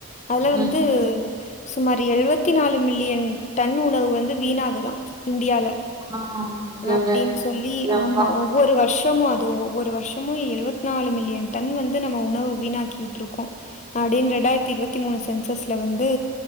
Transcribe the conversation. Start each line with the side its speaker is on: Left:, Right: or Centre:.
Left: அதுல வந்து
Right: ம்
Left: சுமார் ஏழுவத்தி நாலு மில்லிய டன் உணவு வந்து வீணாகு தா இந்தியால
Right: ஆ இந்தியாவுல
Left: அப்டின்னு சொல்லி
Right: எப்பா
Left: ஆமா ஒவ்வொரு வருஷமு அதுவு ஒவ்வொரு வருஷமு எழுவத்தி நாலு மில்லிய டன் வந்து நம்ம உணவு வீணாக்கிட்டு இருக்கோ அப்டின்னு ரெண்டாயிரத்தி இருபத்தி மூணு சென்சஸ்ல வந்து